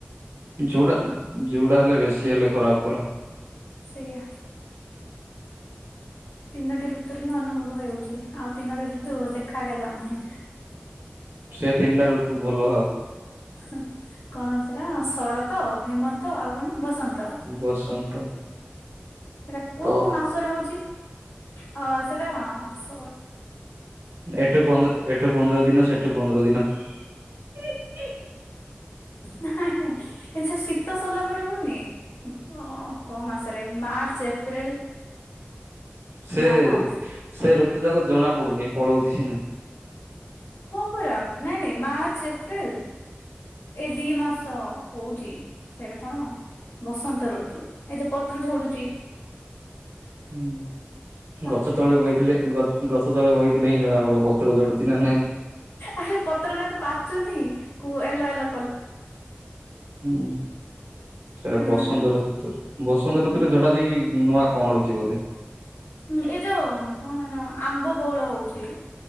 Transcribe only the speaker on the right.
ଯୋଉଟା ଯୋଉଟା ହେଲେ ବେଶୀ ହେଲେ ଖରାପ ପରା।
ସେ ତିନିଟା ଋତୁ ଭଲ ଆଉ।
ବସନ୍ତ
ତ
ଏଠୁ ପନ୍ଦର ଏଠୁ ପନ୍ଦର ଦିନ ସେଠୁ ପନ୍ଦର ଦିନ ହୁଁ ହୁଁ।
ସେ
ସେ ଋତୁ ଯାକ ଜଣା ପଡୁନି ପଳଉଚି ସିନା।
ହୁଁ।
ଗଛ ତଳେ
ବଇଥିଲେ ଗ-ଗଛ ତଳେ ବଇଥିଲେ ହିଁ ଜଣା ପଡିବ ପତ୍ର ଝଡୁଚି ନା ନାଇଁ।
ହୁଁ ତରେ
ବସନ୍ତ ଋ ବସନ୍ତ ଋତୁରେ ଝଡା ଦେଇକି ନୂଆ କଁଳୁଚି ବୋଧେ।